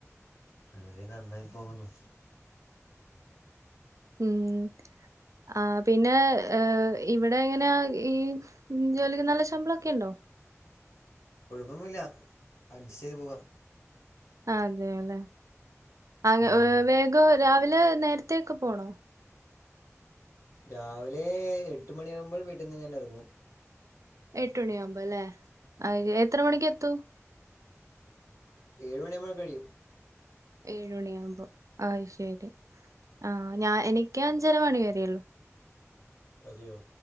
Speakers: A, on the left (about 65°); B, on the right (about 90°).
A: വളരെ നന്നായി പോകുന്നു.
B: ഉം ആഹ് പിന്നെ, ഏഹ് ഇവിടെ എങ്ങനെ ഈ ജോലിക്ക് നല്ല ശമ്പളക്കെണ്ടോ
A: കുഴപ്പമില്ല അഡ്ജസ്റ്റ് യ്ത് പോകാം
B: അതെല്ലേ അ
A: ഉം
B: വേഗോ രാവിലെ നേരത്തേക്കെ പോണോ
A: രാവിലെ എട്ട് മണിയാകുമ്പോൾ വീട്ടിൽന്ന് ഞാൻ ഇറങ്ങും
B: എട്ട് മണിയാുമ്പോല്ലേ അഹ് എത്ര മണിക്ക് എത്തൂ
A: ഏഴ്മണിയാഉമ്പോ കഴിഴും
B: ഏഴ മണിആകുമ്പോ ആഹ് ശരി ആഹ് ഞാൻ എനിക്ക് അഞ്ചര മണി വരേള്ളു
A: അതെയോ